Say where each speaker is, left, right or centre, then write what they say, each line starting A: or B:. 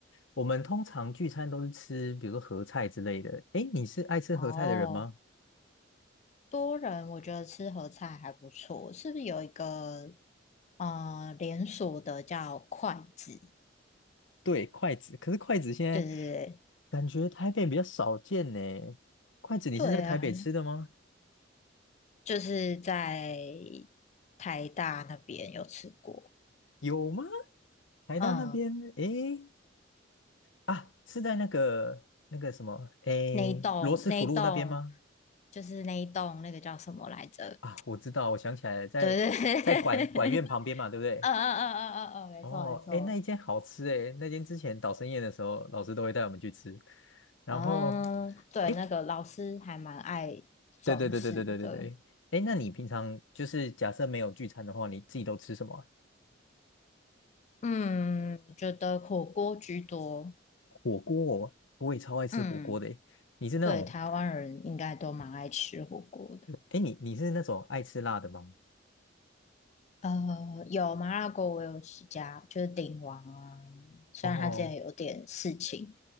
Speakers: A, on the left; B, on the left.
A: 我们通常聚餐都是吃，比如说合菜之类的。哎，你是爱吃合菜的人吗？
B: 哦，多人我觉得吃合菜还不错，是不是有一个呃连锁的叫筷子？
A: 对，筷子，可是筷子现在
B: 对对
A: 感觉台北比较少见呢。筷子，你是在台北吃的吗？
B: 对对啊，就是在台大那边有吃过。
A: 有吗？台大那边，
B: 嗯，
A: 诶，啊，是在那个那个什么，诶，
B: 那一栋那一栋
A: 罗斯福路那边吗？
B: 就是那一栋那个叫什么来着？
A: 啊，我知道，我想起来了，在在管管院旁边嘛，
B: 对对对，
A: 对不对？
B: <laughs> 嗯嗯嗯嗯嗯嗯，没错没错，
A: 哦，诶，那一间好吃诶，那间之前导生宴的时候，老师都会带我们去吃。然后，
B: 嗯，对，
A: 诶，
B: 那个老师还蛮爱装饰的，
A: 对对对对对对对对，诶，那你平常就是假设没有聚餐的话，你自己都吃什么啊
B: 嗯，我觉得火锅居多，
A: 火锅哦，我也超爱吃火锅的诶。
B: 嗯，
A: 你是那种，
B: 对，台湾人应该都蛮爱吃火锅的。
A: 诶，你你是那种爱吃辣的吗？
B: 呃，有麻辣锅，我有几家，就是鼎王啊。虽然他之前有点事情，
A: 哦，